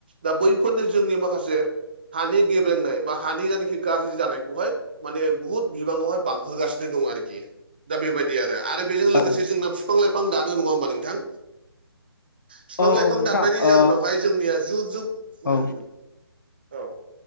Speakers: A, on the right; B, on the left.
A: दा बैफोरनो जोंनि माखासे हानि गेब्रेंनाय बा हानि जानाखि गाज्रि जानायखौहाय माने बुहुत बिबाङावहाय बांहोगासिनो दं आरोखि दा बेबायदि आरो आरो बेजों
B: औ
A: लोगोसे जोंना बिफां लाइफां दानो नङा होमबा नोंथां बिफां लाइफां
B: औ नोंथां
A: दाननायनि जाउनावहाय
B: ओ
A: जोंनिया जुब जुब
B: औ
A: उम